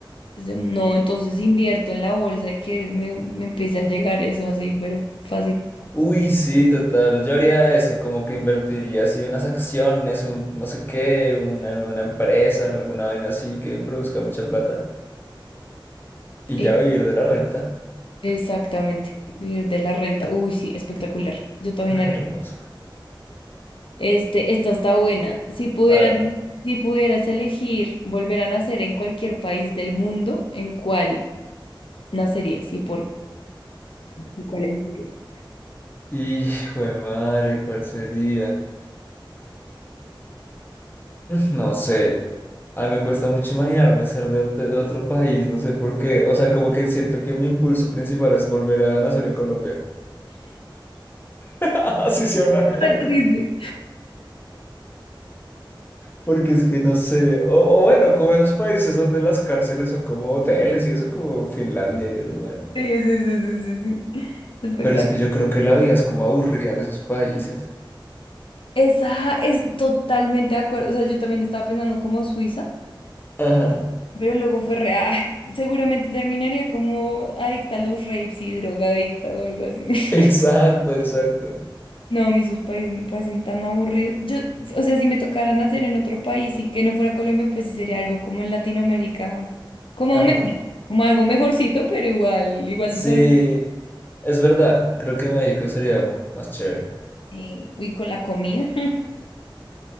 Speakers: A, on the left; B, on the left.
A: se- No, entonces invierto en la bolsa y que me, me empiece a llegar eso así, pero fácil.
B: Uy, sí, total. Yo haría eso, como que invertiría así unas acciones, un no sé qué, una, en una empresa, en alguna vaina así que produzca mucha plata y
A: E-
B: ya vivir de la renta.
A: Exactamente, vivir de la renta. Uy, sí, espectacular. Yo también
B: <laughs> Ay,
A: haría.
B: hermosa.
A: Este, esta está buena. Si pudieras,
B: A ver.
A: si pudieras elegir volver a nacer en cualquier país del mundo, ¿en cuál nacerías y por qué? ¿Y cuál elegirías?
B: Y, jue madre, ¿cuál sería? No sé, a mí me cuesta mucho imaginarme ser de, ot- de otro país, no sé por qué. O sea, como que siento que mi impulso principal es volver a nacer en Colombia. <laughs> Así sea una mierda.
A: <laughs> Re triste.
B: Porque es que no sé. O, o bueno, como esos países donde las cárceles son como hoteles y eso, como Finlandia y eso, bueno.
A: Sí, sí, sí, sí, sí. sí. Espectacular.
B: Pero es que yo creo que la vida es como aburrida en esos países.
A: Esa es totalmente de acuerdo. O sea, yo también estaba pensando como Suiza.
B: Ajá.
A: Pero luego fue re, ah, <laughs> seguramente terminaría como adicta a los rapes y drogadicta o algo así. <laughs>
B: <laughs> Exacto, exacto.
A: No, a mí sus países me parecen tan aburridos. Yo, o sea, si me tocara nacer en otro país y que no fuera Colombia, pues sí sería algo como en Latinoamérica, como
B: Ajá.
A: México, como algo mejorcito, pero igual, igual
B: Sí,
A: de sangre.
B: es verdad. Creo que México sería más chévere.
A: Sí, y con la comida. <laughs>